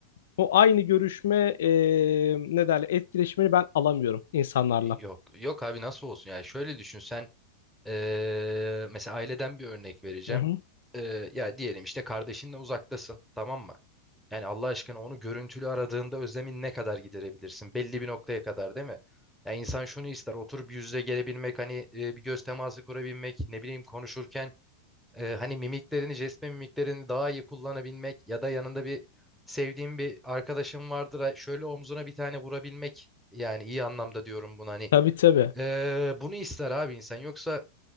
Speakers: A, on the left; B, in the centre.
A: o aynı görüşme e, ne derler etkileşimini ben alamıyorum insanlarla.
B: Yok yok abi nasıl olsun yani şöyle düşün sen Ee, mesela aileden bir örnek vereceğim.
A: Hı hı.
B: Ee, ya diyelim işte kardeşinle uzaktasın, tamam mı? Yani Allah aşkına onu görüntülü aradığında özlemin ne kadar giderebilirsin? Belli bir noktaya kadar değil mi? Ya insan şunu ister, oturup yüz yüze gelebilmek, hani e, bir göz teması kurabilmek, ne bileyim konuşurken e, hani mimiklerini, jest ve mimiklerini daha iyi kullanabilmek ya da yanında bir sevdiğin bir arkadaşın vardır, ha, şöyle omzuna bir tane vurabilmek. Yani iyi anlamda diyorum bunu hani.
A: Tabii tabii.
B: Ee, bunu ister abi insan. Yoksa